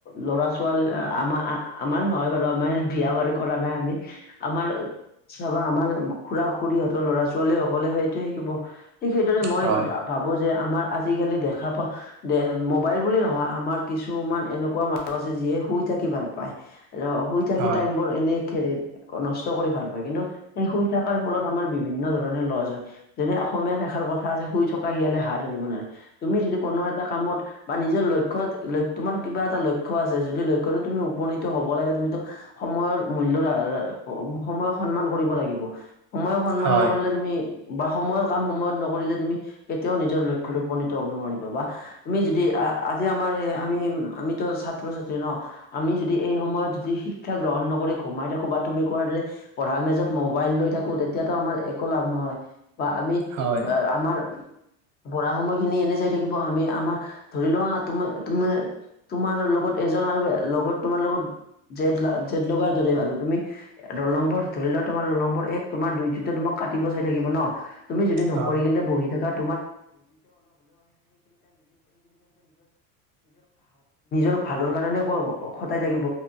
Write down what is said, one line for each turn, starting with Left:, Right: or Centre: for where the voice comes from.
Left: ল'ৰা- ছোৱালী আমাৰ আমাৰ নহয় বাৰু আমাৰ বিয়া বাৰু কৰা নাই আমি আমাৰ বা আমাৰ খুৰা - খুৰীহঁতৰ লৰা -ছোৱালী সকলে সেইটোৱে শিকিব। ঠিক সেইদৰে মই
Right: হয়
Left: ভাবো যে আমাৰ আজিকালি দেখা পোৱা, দে মোবাইল বুলি নহয় আমাৰ কিছুমান এনেকুৱা মানুহ আছে যিয়ে শুই থাকি ভাল পায়, শুই থাকি
Right: হয়
Left: টাইম বোৰ এনে কে নষ্ট কৰি ভাল পায়। কিন্তু, সেই শুই থকাৰ ফলত আমাৰ বিভিন্ন ধৰণৰ লষ্ট হয় যেনে অসমীয়া এষাৰ কথা আছে শুই থকা শিয়ালে হাঁহ ধৰিব নোৱাৰে। তুমি যদি কোনো এটা কামত বা নিজৰ লক্ষ্যত তোমাৰ কিবা এটা লক্ষ্য আছে, যদি লক্ষ্য তুমি উপনীত হ'ব লাগে তুমিতো সময়ৰ মূল্য ৰাখি সময় সন্মান কৰিব লাগিব। সময়ক সন্মান
Right: হয়
Left: নকৰিলে তুমি বা সময়ৰ কাম সময়ত নকৰিলে, তুমি কেতিয়াও নিজৰ লক্ষ্যত উপনীত হ'ব নোৱাৰিবা বা তুমি যদি আজি, আমাৰ আমি আমিতো ছাত্ৰ -ছাত্ৰী ন আমি যদি এই সময়ত যদি শিক্ষা গ্ৰহণ ন কৰি সোমাই থাকো বা তুমি কোৱাৰ দৰে পঢ়া মেজত মোবাইল লৈ থাকো, তেতিয়াতো আমাৰ একো লাভ নহয়। বা আমি,
Right: হয়
Left: আমাৰ পঢ়া সময়খিনি এনে যাই থাকিব, আমি আমাৰ ধৰি লোৱা তোমা -তোমা-তোমাৰ লগত এজন আৰু লগত তোমাৰ লগত জেদ -জেদ লগাৰ দৰে আৰু তুমি ৰুলনম্বৰ ধৰি লোৱা, তোমাৰ ৰুলনম্বৰ এক তোমাৰ, দুই কিটাই তোমাক কাটিব চাই থাকিব ন? তুমি যদি নকৰি
Right: হয়
Left: কিনে বহি থকা <unintelligible> ভালৰ কাৰণে খটাই থাকিব।